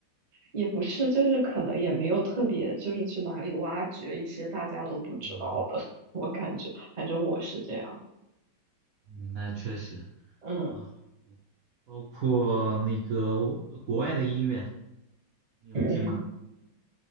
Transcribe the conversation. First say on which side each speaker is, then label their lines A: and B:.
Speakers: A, on the right; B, on the right.
A: 也不是，就是可能也没有特别，就是去哪里挖掘一些大家都不知道的，
B: 嗯
A: <laughs> 我感觉，反正我是这样。
B: 嗯，那确实。
A: 嗯，
B: 然后包括那个呃国外的音乐，你有听吗？
A: 嗯，